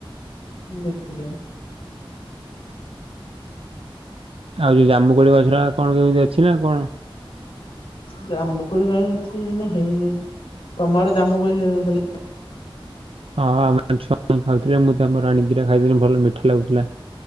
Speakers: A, on the left (about 70°); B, on the right (about 80°).
A: ବିକିଲେ
B: ଆଉ ଯୋଉ ଜାମୁକୋଳି ଗଛ ଟା କଣ କେମିତି ଅଛି ନା କଣ?
A: ଜାମୁକଳି କାଇଁ ଏଠି ଏଇନେ ହେଇନି। ତମଆଡେ ଜାମୁକୋଳି ହେ ହେ
B: ହଁ ଆମ ଛୁଆ ଖାଉଥିଲେ। ମୁଁ ତାଙ୍କର ଆଣିକି ଦିଟା ଖାଇଦେଲି। ଭଲ ମିଠା ଲାଗୁଥିଲା।